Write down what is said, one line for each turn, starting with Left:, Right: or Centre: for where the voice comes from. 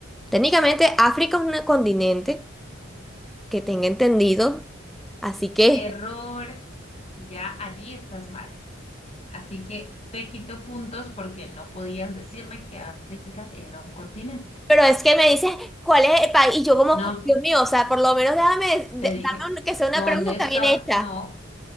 Centre: técnicamente África es un continente que tenga entendido. Así que,
Left: Error, ya allí estás mal. Así que te quito puntos porque no podías decirme que África era un continente.
Centre: pero es que me dices cuál es el país y yo como,
Left: No,
Centre: Dios mío, o sea, por lo menos déjame, de-
Left: Te dije,
Centre: dame un- que sea una
Left: ¿dónde
Centre: pregunta
Left: está?
Centre: bien hecha.
Left: No,